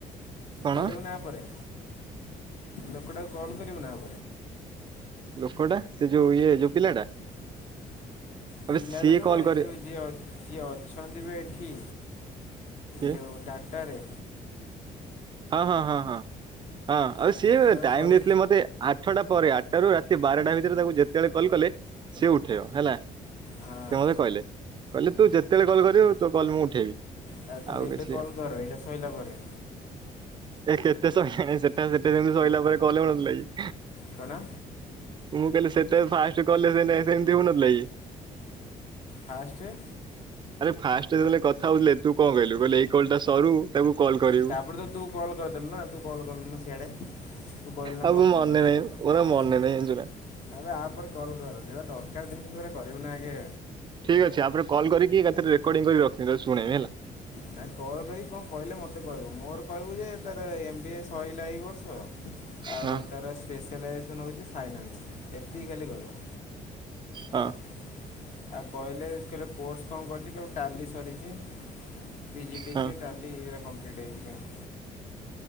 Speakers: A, on the right; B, on the left.
A: କଣ
B: କରିବୁନି ଆ ପରେ। ଲୋକଟାକୁ କଲ କରିବୁ ନା ଆଉ।
A: ଲୋକ ଟା ସେ ଯୋଉ ଇଏ ଯୋଉ ପିଲାଟା। ଆବେ
B: ପିଲାଟେ
A: ସିଏ
B: ନୁହଁ
A: କଲ୍
B: ବେ ଏ
A: କରି
B: ଯୋଉ ଯିଏ ଯିଏ ଅଛନ୍ତି ବେ ଏଠି
A: କିଏ
B: ଯୋଉଁ ଟାଟାରେ।
A: ହଁ ହଁ ହଁ ହଁ। ହଁ ଆଉ
B: ସେ
A: ସିଏ
B: ଲୋକଟାକୁ
A: ଟାଇମ
B: କଲ୍
A: ଦେଇଥିଲେ ମୋତେ ଆଠଟା ପରେ ଆଠଟାରୁ ରାତି ବାରଟା ଭିତରେ ତାକୁ ଯେତେବେଳେ କଲ କଲେ ସିଏ ଉଠେଇବ ହେଲା ସେ
B: ହଁ
A: ମୋତେ କହିଲେ କହିଲେ ତୁ ଯେତେବେଳେ କଲ୍ କରିବୁ ତୋ କଲ୍ ମୁଁ ଉଠେଇବି।
B: ତାହେଲେ
A: ଆଉ
B: ଏବେ
A: କିଛି
B: କଲ କରେ ଏଇଟା ଶଇଲା ପରେ।
A: ଏ କେତେ ସରିଲାଣି ସେଟା ସେଠ ସେମିତି ସରିଲା ପରେ କଲେ କରୁଥିଲା।
B: କଣ?
A: ମୁଁ କହିଲି ସେତେ ଫାଷ୍ଟ କଲରେ ଏନେ ସେମତି ହଉନଥିଲା କି?
B: ଫାଷ୍ଟେ।
A: ଆରେ ଫାଷ୍ଟେ ଯେତେବେଳେ କଥା ହଉଥିଲେ ତୁ କଣ କହିଲୁ କହିଲୁ ଏଇ କଲଟା ସରୁ ତାକୁ। କଲ୍ କରିବୁ
B: ତାପରେ ତ ତୁ କଲ କରିଦେଲୁ ନା ତୁ କଲ କଲୁନୁ ସିଆଡେ ତୁ କହିଲୁ ନା
A: ଆଉ
B: କଲ
A: ମୋ ମନେ
B: କରିବୁ
A: ନାହିଁ ମୋର ଆଉ ମନେ ନାହିଁ ଜାଣିଛୁ ନା
B: ଆପରେ କଲ କର ଯଉଟା ଦରକାର ଜିନିଷ ସେଟା କରିବୁ ନା। ଇଏ।
A: ଠିକ ଅଛି ୟା ପରେ କଲ କରିକି ଏକାଥରେ ରେକର୍ଡିଂ କରି ରଖିବି ତତେ ଶୁଣେଇବି ହେଲା।
B: ନାଇଁ କଲ୍ କରି କଣ କହିଲେ ମୋତେ କହିବୁ ମୋର କହିବୁ ଯେ ତାର ଏମ ବିଏ ସରିଲା ଏଇ ବର୍ଷ। ତ ଆଉ
A: ହଁ
B: ତାର ସ୍ପେସ। ମାଇକ୍ରୋ ଫାଇନାନ୍ସ ହଉଛି ଫାଇନାସ ଏତିକି ଖାଲି କହିବ। ହେଲା।
A: ହଁ
B: ଆଉ କହିଲେ ଏଥିରେ କୋର୍ସ କଣ କରିଛି କେବେ ଟାଲି ସରିଛି। ପିଜିଡିସିଏ
A: ହଁ
B: ଟାଲି ଏ ରାକ। <unintelligible>